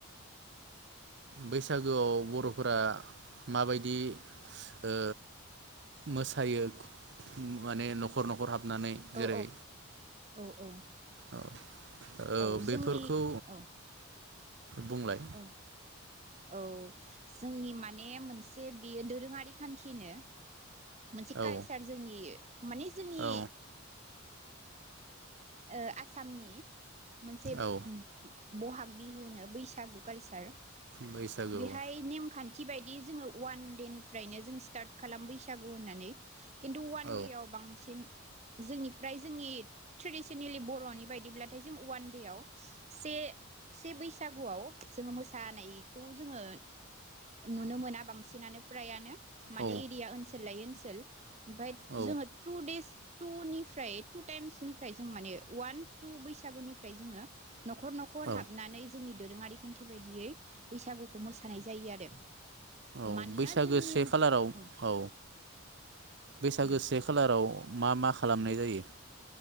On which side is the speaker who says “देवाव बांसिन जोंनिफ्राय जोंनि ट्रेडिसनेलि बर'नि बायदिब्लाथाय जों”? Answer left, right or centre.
Right